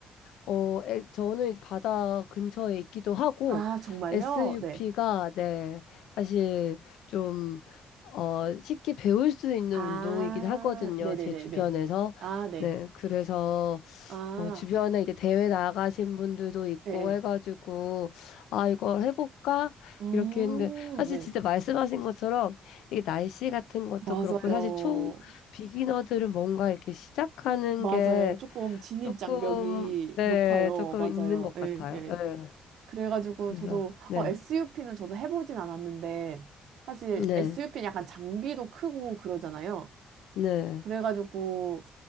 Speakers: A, on the left (about 80°); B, on the right (about 75°).
A: 어, 에, 저는 이제 바다 근처에 있기도 하고,
B: 아, 정말요?
A: SUP가,
B: 네.
A: 네, 사실 좀, 어, 쉽게 배울 수 있는
B: 아,
A: 운동이긴 하거든요.
B: 네네네네.
A: 제 주변에서.
B: 아, 네.
A: 네, 그래서,
B: 아,
A: 어, 주변에 이제 대회 나가신 분들도 있고
B: 예. 예.
A: 해가지고, 아, 이걸 해볼까?
B: 음,
A: 이렇게 했는데, 사실
B: 네.
A: 진짜 말씀하신 것처럼, 이게 날씨 같은 것도
B: 맞아요.
A: 그렇고, 사실 초 비기너들은 뭔가 이렇게 시작하는
B: 맞아요.
A: 게,
B: 조금 진입
A: 조금,
B: 장벽이
A: 네,
B: 높아요.
A: 조금
B: 맞아요.
A: 있는 것 같아요.
B: 예, 예.
A: 네,
B: 그래가지고
A: 그래서,
B: 저도
A: 네,
B: 어, SUP는 저도 해보진 않았는데 사실
A: 네,
B: SUP는 약간 장비도 크고 그러잖아요.
A: 네,
B: 그래가지고